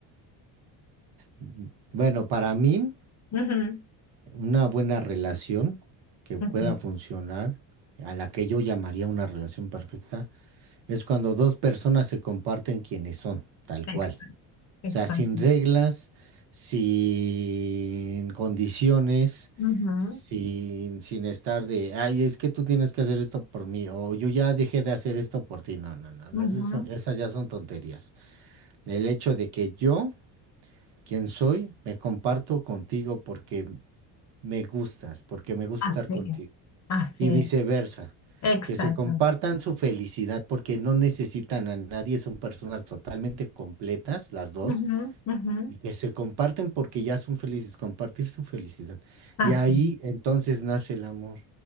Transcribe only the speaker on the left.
Ujú,
ujú,
Exacto,
exacto.
Ujú,
ujú,
Así
es, así
es,
exactamente.
Ujú, ujú,
Así
es.